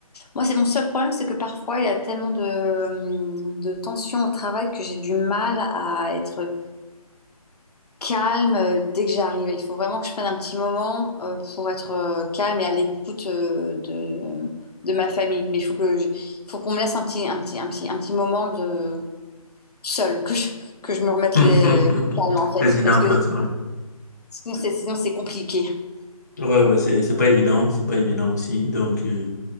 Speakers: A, on the left (about 85°); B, on the left (about 30°).
A: moi, c'est mon seul problème, c'est que parfois, il y a tellement de, hum, de tensions au travail que j'ai du mal à être calme euh, dès que j'arrive. Il faut vraiment que je prenne un petit moment euh, pour être euh, calme et à l'écoute euh, de, de ma famille. Mais il faut que je- il faut qu'on me laisse un petit, un petit, un petit, un petit moment de seul, que je, que je me remette
B: <laughs>
A: les calme en fait,
B: Président
A: parce
B: Platon,
A: que
B: oui.
A: sinon c'est sinon c'est compliqué.
B: Ouais, ouais, c'est, c'est pas évident, c'est pas évident aussi. Donc, euh,